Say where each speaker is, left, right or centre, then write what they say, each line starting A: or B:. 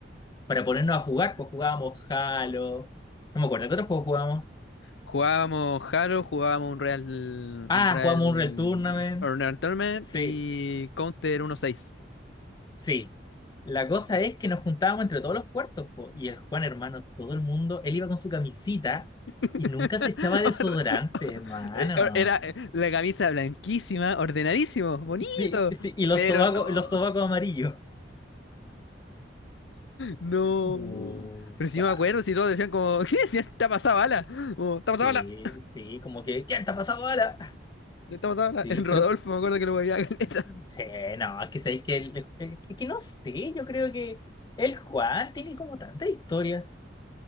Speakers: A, on the left; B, on the left.
A: para ponernos a jugar, pues jugábamos Halo, no me acuerdo, ¿qué otros juegos jugábamos?
B: Jugábamos Halo, jugábamos un Real,
A: Ah,
B: un Real
A: jugamos un Real Tournament.
B: Honor Tournament
A: Sí,
B: y Counter 1.6.
A: sí. La cosa es que nos juntábamos entre todos los puertos, po, y el Juan, hermano, todo el mundo, él iba con su camisita
B: <laughs>
A: y nunca se echaba desodorante,
B: Orde-
A: hermano.
B: eh, Era eh, la camisa blanquísima, ordenadísimo, bonito.
A: Sí, sí, y los
B: Pero
A: sobacos,
B: no,
A: y los sobacos amarillos.
B: no.
A: No,
B: Pero si
A: bah.
B: yo me acuerdo, si todos decían como, <laughs> ¿qué decían? Está pasada bala. Como, está
A: Sí,
B: pasada bala.
A: sí, como que, ¿quién te ha pasado bola?
B: Está pasada
A: Sí,
B: bala. En Rodolfo,
A: pero,
B: me acuerdo que lo veía caleta.
A: sí, no, es que sabéis que, el- el- es que no sé, yo creo que el Juan tiene como tanta historia.